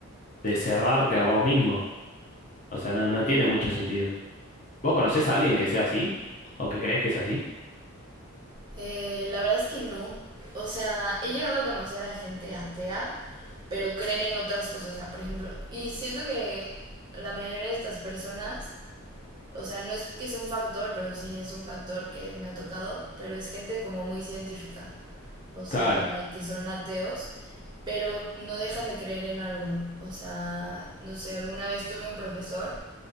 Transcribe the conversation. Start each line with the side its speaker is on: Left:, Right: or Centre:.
Left: de cerrarte a vos mismo. O sea, no, no tiene mucho sentido. ¿Vos conocés a alguien que sea así? ¿O que creés que sea así?
Right: Eh, la verdad es que no. O sea, he llegado a conocer a gente atea, pero creen en otras cosas. O sea, por ejemplo, y siento que la mayoría de estas personas O sea, no es que sea un factor, pero sí es un factor que me ha tocado, pero es gente como muy científica, o sea,
Left: Claro.
Right: que son ateos, pero no dejan de creer en algo. O sea, no sé, alguna vez tuve un profesor